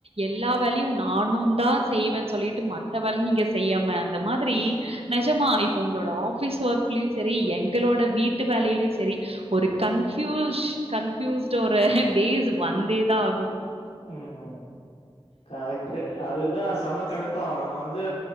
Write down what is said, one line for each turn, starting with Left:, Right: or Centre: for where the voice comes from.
Right: எல்லா வேலையு நானுந்தா செய்வன் சொல்லிட்டு மத்த வேல நீங்க செய்யாம அந்த மாதிரி நெஜமா இப்ப உங்களோட ஆபீஸ் ஒர்க்லயு சரி எங்களோட வீட்டு வேலைலியு சரி ஒரு கன்ஃபியூஷ் கன்ஃப்யூஸ்ட் ஒரு டேஸ் வந்தேதா ஆகு
Left: ம் கரெக்ட் அதுதா செம கடுப்பாவு நம்ம வந்து